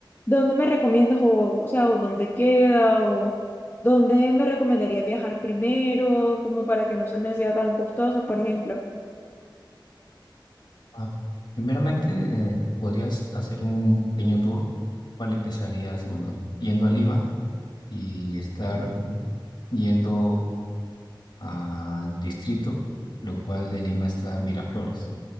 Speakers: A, on the left; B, on the left.
A: ¿dónde me recomiendas o, o sea, o dónde queda o dónde me recomendaría viajar primero, como para que no se me sea tan costoso, por ejemplo?
B: Ah, primeramente, eh, podrías hacer un pequeño tour, ¿cuál empezarías? Bueno, yendo a Lima y estar yendo al distrito, lo cual de Lima está Miraflores.